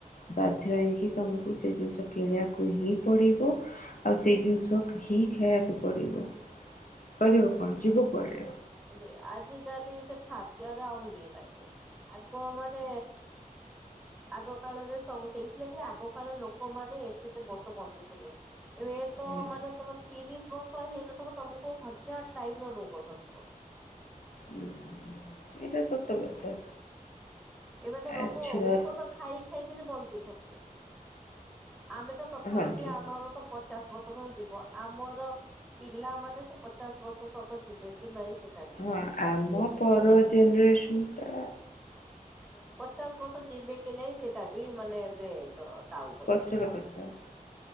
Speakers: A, on the left; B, in the centre.
A: ବାଧ୍ୟ ହେଇକି ତମକୁ ସେ ଜିନିଷ କିଣିବାକୁ ହିଁ ପଡିବ। ଆଉ ସେଇ ଜିନିଷ ହିଁ ଖାଇବାକୁ ପଡିବ କରିବ କଣ ଯିବ। କୁଆଡେ
B: ହଁ ସେୟା ଆଜିକାଲି ସେ ଖାଦ୍ୟରେ ଆଉ ଇଏ ନାହିଁ। ଆଗ ମାନେ ଆଗ କାଳରେ ସବୁ ସେଇ ସେଥିଲାଗି ଆଗ କାଳରେ ଲୋକମାନେେ ଏତେତେ ବର୍ଷ ବଞ୍ଚୁଥିଲେ ଏବେ ତ
A: ହୁଁ
B: ମାନେ ତମେ। ତିରିଶ ବର୍ଷ ହେଇନଥିବ ତମକୁ ହଜାର ଟାଇପ୍ ର ରୋଗ ଧରୁଥିବ।
A: ଉଁ ହୁଁ ଏଇଟା ସତ କଥା।
B: ଏବେ ତ ଲୋକ
A: ଆ ଛୁଆ
B: ଔଷଧ ଖାଇ ଖାଇକିରି ବଞ୍ଚୁଛନ୍ତି ଆମେ ତ ତଥାପି
A: ହଁ
B: ବି
A: ଛୁ-
B: ଆମର ତ ପଚାଶ ବର୍ଷ ପର୍ଯ୍ୟନ୍ତ ଯିବ ଆମର। ପିଲାମାନେ ସେ ପଚାଶ ବର୍ଷ ତକ ଯିବେ କି ନାଇଁ ସେ
A: ହଁ ଆମ ପର ଜେନରେସନ୍ ଟା
B: ପଚାଶ ବର୍ଷ ଯିବେ କି ନାଇଁ ସେଇଟା ବି ମାନେ ଏବେ ଡ ଡାଉଟ୍।
A: କଷ୍ଟ ର କଥା।